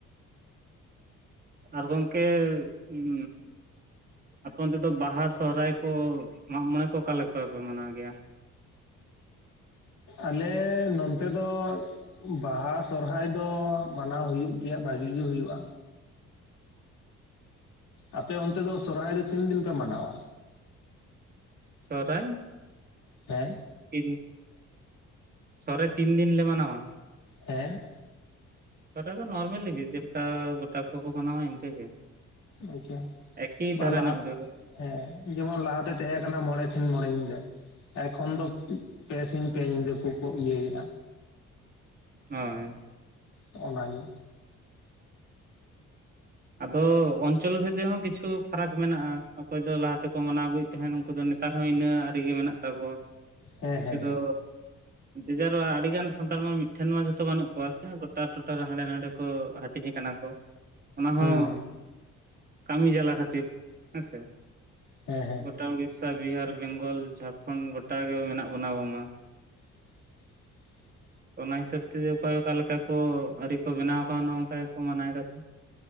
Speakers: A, on the right; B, on the left.
A: ᱟᱨ ᱜᱚᱝᱠᱮ, ᱩᱸ ᱟᱯᱮ ᱚᱱᱛᱮ ᱫᱚ ᱵᱟᱦᱟ ᱥᱚᱦᱨᱟᱭ ᱠᱚ, ᱢᱟᱸᱜ ᱢᱚᱸᱬᱮ ᱠᱚ, ᱚᱠᱟ ᱞᱮᱠᱟ ᱯᱮ ᱢᱟᱱᱟᱣ ᱜᱮᱭᱟ?
B: ᱟᱞᱮ ᱱᱚᱱᱛᱮ ᱫᱚ ᱵᱟᱦᱟ ᱥᱚᱨᱦᱟᱭ ᱫᱚ, ᱢᱟᱱᱟᱣ ᱦᱳᱭᱩᱜ ᱜᱮᱭᱟ, ᱵᱷᱟᱹᱜᱤ ᱜᱮ ᱦᱳᱭᱩᱜᱼᱟ᱾ ᱟᱯᱮ ᱚᱱᱛᱮ ᱫᱚ ᱥᱚᱨᱦᱟᱭ ᱫᱚ, ᱛᱤᱱ ᱫᱤᱱ ᱯᱮ ᱢᱟᱱᱟᱣᱟ?
A: ᱥᱚᱨᱦᱟᱭ,
B: ᱦᱮᱸ,
A: ᱛᱤᱱ, ᱥᱚᱦᱨᱟᱭ ᱛᱤᱱ ᱫᱤᱱ ᱞᱮ ᱢᱟᱱᱟᱣᱟ?
B: ᱦᱮᱸ,
A: ᱥᱚᱦᱨᱟᱭ ᱫᱚ ᱱᱚᱨᱢᱟᱞᱤ ᱜᱮ, ᱪᱮᱫ ᱠᱟ ᱜᱚᱴᱟ ᱠᱚ ᱠᱚ ᱢᱟᱱᱟᱣᱟ ᱤᱱᱠᱟᱹ ᱜᱮ᱾
B: ᱟᱪᱪᱷᱟ,
A: ᱮᱠᱤ
B: ᱵᱟ
A: ᱫᱷᱟᱨᱟ
B: ᱞᱟᱦᱟ
A: ᱧᱚᱜ ᱜᱮ
B: ᱦᱮᱸ᱾ ᱡᱮᱢᱚᱱ ᱞᱟᱦᱟ ᱛᱮ ᱛᱮᱦᱮᱸ ᱠᱟᱱᱟ, ᱢᱚᱸᱬᱮ ᱥᱤᱧ ᱢᱚᱸᱬᱮ ᱧᱤᱫᱟᱹ᱾ ᱮᱠᱷᱚᱱ ᱫᱚ ᱯᱮ ᱥᱤᱧ ᱯᱮ ᱧᱤᱫᱟᱹ ᱠᱚᱠᱚ ᱤᱭᱟᱹᱭᱮᱜᱼᱟ
A: ᱦᱩᱸ
B: ᱚᱱᱟᱜᱮ
A: ᱟᱫᱚ ᱚᱧᱪᱚᱞ ᱵᱷᱤᱛᱤ ᱦᱚᱸ ᱠᱤᱪᱷᱩ ᱯᱷᱟᱨᱟᱠ ᱢᱮᱱᱟᱜᱼᱟ ᱚᱠᱚᱭ ᱫᱚ ᱞᱟᱦᱟ ᱛᱮᱠᱚ ᱢᱟᱱᱟᱣ ᱟᱹᱜᱩᱭᱮᱫ ᱛᱟᱦᱮᱸᱫ ᱩᱱᱠᱩ ᱫᱚ ᱱᱤ ᱱᱮᱛᱟᱨ ᱦᱚᱸ ᱤᱱᱟᱹ ᱟᱹᱨᱤ ᱜᱮ ᱢᱮᱱᱟᱜ ᱛᱟᱠᱚᱣᱟ
B: ᱦᱮᱸ
A: ᱠᱤᱪᱷᱩ
B: ᱦᱮᱸ
A: ᱫᱚ ᱡᱮᱡᱟᱨ ᱟᱹᱰᱤ ᱜᱟᱱ ᱥᱟᱱᱛᱟᱲ ᱢᱟ ᱢᱤᱫᱴᱷᱮᱱ ᱢᱟ ᱡᱷᱚᱛᱚ ᱵᱟᱹᱱᱩᱜ ᱠᱚᱣᱟ ᱥᱮ ᱜᱚᱴᱟ ᱴᱚᱴᱷᱟᱨ ᱨᱮ ᱦᱟᱸᱰᱮ ᱱᱟᱸᱰᱮ ᱠᱚ ᱦᱟᱹᱴᱤᱧ ᱠᱟᱱᱟ ᱠᱚ ᱚᱱᱟ
B: ᱦᱩᱸ
A: ᱦᱚᱸ ᱠᱟᱹᱢᱤ ᱡᱟᱞᱟ ᱠᱷᱟᱹᱛᱤᱨ ᱦᱮᱸᱥᱮ
B: ᱦᱮᱸ ᱦᱮᱸ
A: ᱜᱚᱴᱟ ᱩᱲᱤᱥᱥᱟ ᱵᱤᱦᱟᱨ ᱵᱮᱝᱜᱚᱞ ᱡᱷᱟᱲᱠᱷᱚᱸᱰ ᱜᱚᱴᱟ ᱜᱮ ᱢᱮᱱᱟᱜ ᱵᱚᱱᱟ ᱵᱟᱝ ᱢᱟ᱾
B: <unintelligible>
A: ᱛᱚ ᱚᱱᱟ ᱦᱤᱥᱟᱹᱵ ᱛᱮᱫᱚ ᱚᱠᱚᱭ ᱚᱠᱟ ᱞᱮᱠᱟ ᱠᱚ ᱟᱹᱨᱤ ᱠᱚ ᱵᱮᱱᱟᱣ ᱟᱠᱟᱣᱱᱟ ᱚᱱᱠᱟ ᱜᱮᱠᱚ ᱢᱟᱱᱟᱣ ᱮᱫᱟᱠᱚ